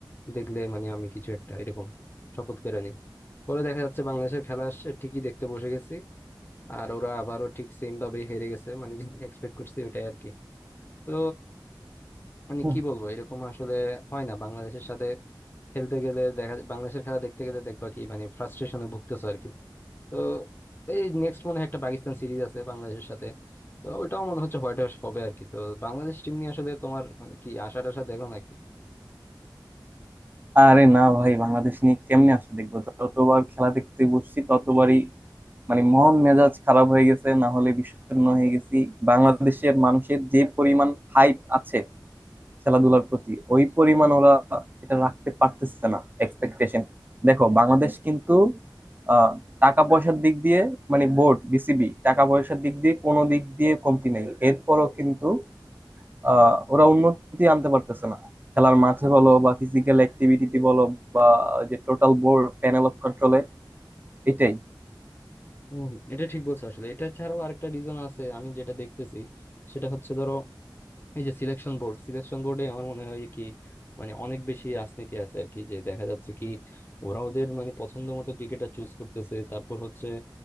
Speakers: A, on the left (about 25°); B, on the right (about 25°).
A: দেখলে মানে আমি কিছু একটা এরকম শপথ করে নিই পরে দেখা যাচ্ছে বাংলাদেশের খেলা আসছে ঠিকই দেখতে বসে গেছি আর ওরা আবারও ঠিক সেম ভাবে হেরে গেছে মানে যেটা <laughs> এক্সপেক্ট করছি ওটাই আর কি তো মানে
B: হুম।
A: কি বলবো এরকম আসলে হয় না বাংলাদেশের সাথে খেলতে গেলে দেখা যায়- বাংলাদেশের খেলা দেখতে গেলে দেখবা কি মানে ফ্রাস্ট্রেশনে ভুগতেছো আর কি তো এই নেক্সট মনে হয় একটা পাকিস্তান সিরিজ আছে বাংলাদেশের সাথে তো ওটাও মনে হচ্ছে হোয়াইট ওয়াশ হবে আর কি তো বাংলাদেশ টিম নিয়ে আসলে তোমার মানে কি আশা টাশা দেখো না
B: আরে না ভাই বাংলাদেশ নিয়ে কেমনে আসলে দেখবো ততবার খেলা দেখতে বসছি ততবারই মানে মন মেজাজ খারাপ হয়ে গেছে না হলে বিষণ্ণ হয়ে গেছি বাংলাদেশের মানুষের যে পরিমাণ হাইপ আছে খেলাধুলার প্রতি ওই পরিমাণ ওরা এটা রাখতে পারতেছে না এক্সপেকটেশন দেখো বাংলাদেশ কিন্তু আহ, টাকা পয়সার দিক দিয়ে মানে বোর্ড বিসিবি টাকা পয়সার দিক দিয়ে কোনো দিক দিয়ে কমতি নেই এরপরও কিন্তু আহ ওরা উন্নতি আনতে পারতেছে না খেলার মাঠে বলো বা ফিজিক্যাল অ্যাক্টিভিটিতে বলো বা যে টোটাল বোর্ড প্যানেল অফ কন্ট্রোলে এটাই
A: হম এটা ঠিক বলছো আসলে এটা ছাড়াও আরেকটা রিজন আছে আমি যেটা দেখতেছি সেটা হচ্ছে ধরো এই যে সিলেকশন বোর্ড সিলেকশন বোর্ডে আমার মনে হয় কি মানে অনেক বেশি রাজনীতি আছে আর কি যে দেখা যাচ্ছে কি ওরা ওদের মানে পছন্দ মতো ক্রিকেটার চুজ করতেছে তারপর হচ্ছে